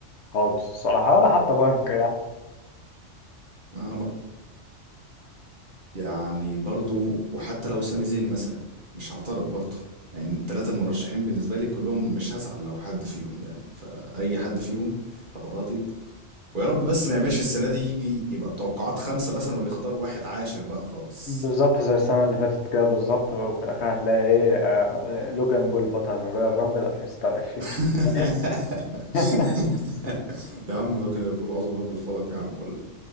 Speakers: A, on the left (about 65°); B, on the right (about 45°).
A: خالص الصراحه ولا حتى بنك يعني.
B: أنا بقى يعني برضو وحتى لو سامي زين مثلا مش هعترض برضو يعني التلاتة المرشحين بالنسبة لي كلهم مش هزعل لو حد فيهم يعني فأي حد فيهم هبقى راضي ويا رب بس ما يعملش السنة دي يجي يبقى التوقعات خمسة مثلا ويختار واحد عاشر بقى خالص
A: بالظبط زي السنة اللي فاتت كده بالظبط وفي الآخر هتلاقي إيه آه، لوجان بول بطل رويال رامبل 2026
B: <laughs>
A: في السعودية <laughs>
B: يا عم كده قول عظم رب الفلق يا عم ولا